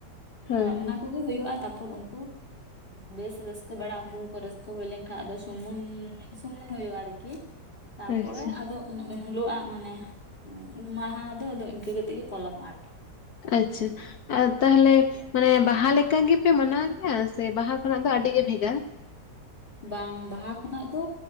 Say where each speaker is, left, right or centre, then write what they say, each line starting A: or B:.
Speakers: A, on the left (about 65°); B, on the left (about 30°).
A: ᱦᱳᱭ
B: ᱚᱱᱟ
A: ᱦᱳᱭ
B: ᱠᱚᱜᱮ ᱦᱩᱭᱩᱜᱼᱟ ᱛᱟᱨᱯᱚᱨ ᱩᱱ
A: <inaudible>
B: ᱵᱮᱥ ᱨᱟᱹᱥᱠᱟᱹ ᱵᱟᱲᱟ ᱩᱝᱠᱩ ᱦᱚᱸᱠᱚ ᱨᱟᱹᱥᱠᱟᱹ ᱦᱩᱭ ᱞᱮᱱᱠᱷᱟᱱ ᱟᱫᱚ ᱥᱩᱢᱩᱱ ᱥᱩᱢᱩᱱ ᱦᱩᱭᱩᱜᱼᱟ ᱟᱨᱠᱤ ᱛᱟᱨᱯᱚᱨᱮ
A: ᱟᱪᱪᱷᱟ
B: ᱟᱫᱚ ᱩᱱ ᱦᱩᱞᱳᱜ-ᱟᱜ ᱢᱟᱱᱮ, ᱩᱢ ᱢᱟᱦᱟ ᱫᱚ ᱫᱚ ᱤᱱᱠᱟᱹ ᱠᱟᱛᱮ ᱜᱮ ᱯᱚᱞᱚᱢᱚᱜᱼᱟ᱾ ᱟᱨᱠᱤ
A: ᱟᱪᱪᱷᱟ ᱟᱨ ᱛᱟᱦᱞᱮ ᱢᱟᱱᱮ ᱵᱟᱦᱟ ᱞᱮᱠᱟ ᱜᱮᱯᱮ ᱢᱟᱱᱟᱣᱮᱭ-ᱟ, ᱥᱮ ᱵᱟᱦᱟ ᱠᱷᱚᱱᱟᱜ ᱫᱚ ᱟᱹᱰᱤ ᱜᱮ ᱵᱷᱮᱜᱟᱨ?
B: ᱵᱟᱝ ᱵᱟᱦᱟ ᱠᱷᱚᱱᱟᱜ ᱫᱚ